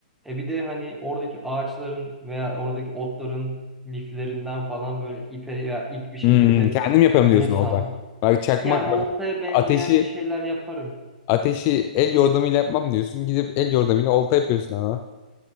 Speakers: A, in the centre; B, on the left (about 30°).
A: E bir de hani oradaki ağaçların veya oradaki otların liflerinden falan böyle ipe veya ip bir şekilde
B: Hmm, kendim yaparım
A: e,
B: diyorsun
A: bulursam
B: orada. Bak çakmak
A: ya oltaya
B: bak
A: benzeyen
B: ateşi
A: bir şeyler yaparım.
B: ateşi el yordamıyla yapmam diyorsun. Gidip el yordamıyla olta yapıyorsun ama.